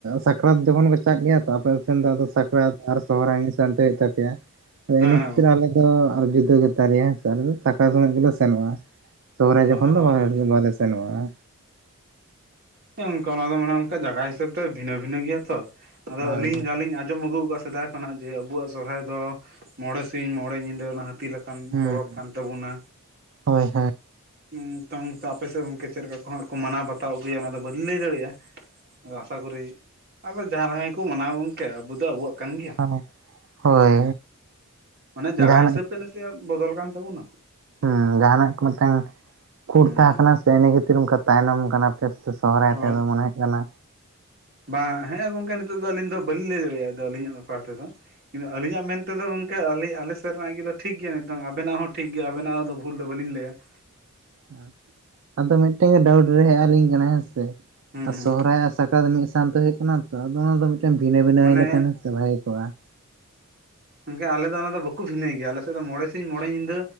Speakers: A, on the right; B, on the right.
A: ᱥᱟᱠᱨᱟᱛ ᱡᱚᱠᱷᱚᱱ ᱠᱚ ᱪᱟᱜ ᱜᱮᱭᱟ ᱛᱚ ᱟᱯᱮ ᱥᱮᱱ ᱫᱚ ᱟᱫᱚ ᱥᱟᱠᱨᱟᱛ ᱟᱨ ᱥᱚᱦᱨᱟᱭ ᱢᱤᱫ ᱥᱟᱱᱛᱤ ᱦᱩᱭᱩᱜ ᱛᱟᱯᱮᱭᱟ᱾ ᱟᱫᱚ
B: ᱦᱮᱸ
A: ᱤᱱᱟᱹ ᱠᱷᱟᱹᱛᱤᱨ ᱟᱞᱮ ᱫᱚ ᱟᱨ ᱡᱩᱫᱟᱹ ᱜᱮ ᱛᱟᱞᱮᱭᱟ ᱦᱮᱸᱥᱮ ᱟᱞᱮ ᱫᱚ ᱥᱟᱠᱨᱟᱛ ᱥᱚᱢᱚᱭ ᱜᱮᱞᱮ ᱥᱟ ᱥᱮᱱᱚᱜᱼᱟ᱾ ᱥᱚᱦᱨᱟᱭ
B: ᱚ
A: ᱡᱚᱠᱷᱚᱱ ᱫᱚ
B: ᱦᱳᱭ
A: ᱵᱟᱮᱨ
B: ᱦᱳᱭ
A: ᱵᱟᱞᱮ ᱥᱮᱱᱚᱜ-ᱟ᱾
B: ᱦᱮᱸ ᱚᱝᱠᱟ ᱚᱱᱟ ᱫᱚ ᱢᱟᱱᱮ ᱚᱱᱠᱟ ᱡᱟᱜᱟ ᱦᱤᱥᱟᱹᱵ ᱛᱮ ᱵᱷᱤᱱᱟᱹᱼᱵᱷᱤᱱᱟᱹ ᱜᱮᱭᱟ ᱛᱚ ᱟᱫᱚ
A: ᱦᱳᱭ
B: ᱟᱹᱞᱤᱧ
A: ᱦᱳᱭ
B: ᱡᱟᱹᱦᱟᱞᱤᱧ ᱟᱡ ᱟᱸᱡᱚᱢ ᱟᱹᱜᱩᱣ ᱟᱠᱟᱜᱼᱟ ᱥᱮᱫᱟᱭ ᱠᱷᱚᱱᱟᱜ ᱡᱮ ᱟᱵᱩᱣᱟᱜ ᱥᱚᱨᱦᱟᱭ ᱫᱚ ᱢᱚᱬᱮ ᱥᱤᱧ ᱢᱚᱬᱮ ᱧᱤᱫᱟᱹ ᱚᱱᱟ ᱦᱟᱹᱛᱤ ᱞᱮᱠ ᱠᱟᱱ
A: ᱦᱩᱸ
B: ᱯᱚᱨᱚᱵᱽ ᱠᱟᱱ ᱛᱟᱵᱚᱱᱟ᱾
A: ᱦᱳᱭ ᱦᱳᱭ
B: ᱱᱤᱛᱚᱝ ᱛᱚ ᱟᱯᱮ ᱥᱮᱫ ᱜᱚᱝᱠᱮ ᱪᱮᱫ ᱞᱮᱠᱟ ᱠᱚᱦᱟᱸᱜ ᱠᱚ ᱢᱟᱱᱟᱣ ᱵᱟᱛᱟᱣ ᱟᱹᱜᱩᱭᱟ ᱚᱱᱟ ᱫᱚ ᱵᱟᱹᱞᱤᱧ ᱞᱟᱹᱭ ᱫᱟᱲᱮᱭᱟᱜᱼᱟ᱾ ᱟᱫᱚ ᱟᱥᱟ ᱠᱚᱨᱤ ᱟᱫᱚ ᱡᱟᱦᱟᱸᱭ ᱨᱟᱦᱟᱭ ᱠᱚ ᱢᱟᱱᱟᱣ ᱜᱚᱝᱠᱮ ᱟᱵᱚ ᱫᱚ ᱟᱵᱚᱣᱟᱜ ᱠᱟᱱ ᱜᱮᱭᱟ᱾
A: ᱦᱮᱸ ᱦᱳᱭ
B: ᱢᱟᱱᱮ ᱡᱟᱭᱟ
A: ᱡᱟᱦᱟᱱᱟᱜ
B: ᱦᱤᱥᱟᱹᱵᱽ ᱛᱮᱞᱮ ᱪᱮᱜ ᱵᱚᱫᱚᱞ ᱠᱟᱱ ᱛᱟᱵᱚᱱᱟ᱾
A: ᱦᱩᱸ ᱡᱟᱦᱟᱱᱟᱜ ᱠᱚ ᱢᱤᱝᱴᱟᱹᱝ ᱠᱷᱩᱸᱴ
B: ᱦᱩᱸ
A: ᱛᱟᱦᱮᱸ ᱠᱟᱱᱟ ᱥᱮ ᱤᱱᱟᱹ ᱠᱷᱟᱹᱛᱤᱨ ᱚᱝᱠᱟ ᱛᱟᱭᱱᱚᱢ ᱠᱟᱱᱟ᱾ ᱯᱷᱮᱥ ᱥᱮ ᱥᱚᱦᱚᱨᱟᱭ
B: ᱦᱳᱭ
A: ᱛᱮᱫᱚ ᱢᱚᱱᱮ ᱦᱚᱭᱩᱜ ᱠᱟᱱᱟ᱾
B: ᱵᱟᱝ ᱦᱮᱸ ᱜᱚᱝᱠᱮ ᱱᱤᱛᱚᱜ ᱫᱚ ᱟᱹᱞᱤᱧ ᱫᱚ ᱵᱟᱹᱞᱤᱧ ᱞᱟᱹᱭ ᱫᱟᱲᱮᱭᱟᱜᱼᱟ ᱟᱫᱚ ᱟᱹᱞᱤᱧᱟᱜ ᱵᱮᱯᱟᱨ ᱛᱮᱫᱚ᱾ᱤᱱᱟᱹᱜ ᱟᱹᱞᱤᱧᱟᱜ ᱢᱮᱱᱛᱮᱫᱚ ᱜᱚᱝᱠᱮ ᱟᱞᱮ ᱟᱞᱮ ᱥᱮᱫ ᱨᱮᱱᱟᱜ ᱜᱮ ᱫᱚ ᱴᱷᱤᱠ ᱜᱮᱭᱟ ᱱᱤᱛᱚᱝ ᱟᱵᱮᱱᱟᱜ ᱦᱚᱸ ᱴᱷᱤᱠ ᱜᱮᱭᱟ, ᱟᱵᱮᱱᱟᱜ ᱦᱚᱸ ᱫᱚ ᱵᱷᱩᱞ ᱫᱚ ᱵᱟᱹᱞᱤᱧ ᱞᱟᱹᱭᱟ ᱾
A: <unintelligible> ᱟᱫᱚ ᱢᱤᱫᱴᱮᱱ ᱜᱮ ᱰᱟᱣᱩᱴ ᱨᱮ ᱦᱮᱡ ᱟᱹᱞᱤᱧ ᱠᱟᱱᱟ ᱦᱮᱸ ᱥᱮ
B: ᱦᱩᱸ
A: ᱟᱨ
B: ᱦᱩᱸ
A: ᱥᱚᱦᱨᱟᱭ ᱟᱨ ᱥᱟᱠᱨᱟᱛ ᱢᱤᱫ ᱥᱟᱝᱛᱮ ᱦᱩᱭᱩᱜ ᱠᱟᱱᱟ ᱛᱚ ᱟᱫᱚ ᱚᱱᱟ ᱫᱚ ᱢᱤᱫᱴᱮᱱ ᱵᱷᱤᱱᱟᱹ ᱵᱷᱤᱱᱟᱹ
B: ᱢᱟᱱᱮ
A: ᱦᱩᱭ ᱞᱮᱠᱷᱟᱱ ᱦᱮᱥ ᱵᱷᱟᱜᱮ ᱠᱚᱜᱼᱟ ᱾
B: ᱜᱚᱝᱠᱮ ᱟᱞᱮ ᱫᱚ ᱚᱱᱟ ᱫᱚ ᱵᱟᱠᱚ ᱵᱷᱤᱱᱟᱹᱭ ᱜᱮᱭᱟ ᱟᱞᱮ ᱥᱮᱱ ᱫᱚ ᱢᱚᱬᱮ ᱥᱤᱧ ᱢᱚᱬᱮ ᱧᱤᱫᱟᱹ